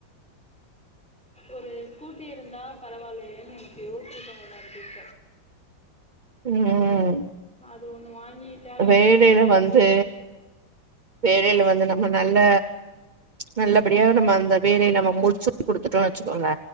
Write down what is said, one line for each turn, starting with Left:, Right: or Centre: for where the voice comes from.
Centre: ஒரு ஸ்கூட்டி இருந்தா பரவாயில்லையேன்னு எனக்கு யோசச்சக்காங்க வப்பது
Right: உஹம்
Centre: <unintelligible> நம்மளுக்கு
Right: வேலையில வந்து
Centre: ஃப்ரீ
Right: வேலையில வந்து நம்ம நல்ல நல்லபடியாக நம்ம அந்த வேலைய நம்ம முடிச்சு குடுத்துட்டோம்னு வச்சுக்கோங்க